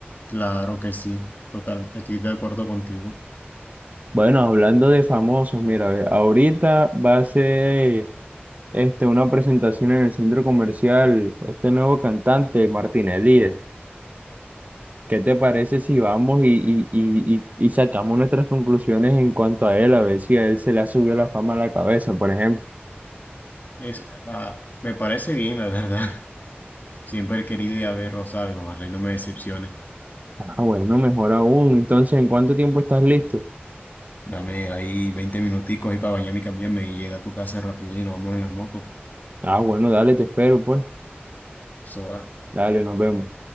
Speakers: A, on the left (about 45°); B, on the right (about 40°).
A: claro que sí, total, estoy de acuerdo contigo.
B: Bueno, hablando de famosos, mira, ve, ahorita va a ser este, una presentación en el centro comercial, este nuevo cantante, Martín Elías. ¿Qué te parece si vamos y, y, y, y y sacamos nuestras conclusiones en cuanto a él, a ver si a él se le ha subido la fama a la cabeza, por ejemplo?
A: Es, ah, me parece bien, la verdad. <laughs> Siempre he querido ir a ver Rosario, ojalá y no me decepcione.
B: Ah, bueno, mejor aún. Entonces, ¿en cuánto tiempo estás listo?
A: Dame ahí veinte minuticos ahí para bañarme y cambiarme y llega a tu casa rápido y nos vamos en las motos.
B: Ah, bueno, dale, te espero, pues.
A: Eso va.
B: Dale, nos vemos.